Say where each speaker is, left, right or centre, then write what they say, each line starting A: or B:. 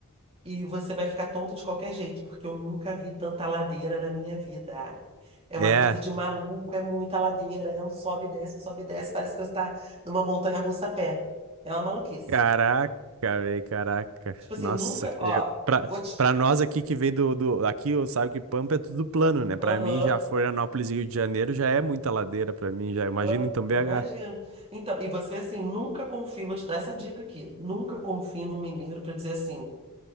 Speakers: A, on the right (about 25°); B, on the right (about 65°).
A: e você vai ficar tonto de qualquer jeito, porque eu nunca vi tanta ladeira na minha vida. É
B: É,
A: uma coisa de maluco, é muita ladeira, é um sobe e desce, um sobe e desce, parece que você está numa montanha-russa a pé. É uma maluquice.
B: caraca, velho, caraca.
A: Tipo assim,
B: Nossa,
A: nunca, ó,
B: eu, pra,
A: vou te.
B: pra nós aqui que vem do, do. Aqui, eu- sabe que Pampa é tudo plano, né? Pra
A: Aham,
B: mim, já Florianópolis e Rio de Janeiro já é muita ladeira pra mim, já. Imagina
A: aham,
B: então
A: eu
B: BH.
A: imagino. Então, e você assim, nunca confia, vou te dar essa dica aqui. Nunca confie num mineiro pra dizer assim,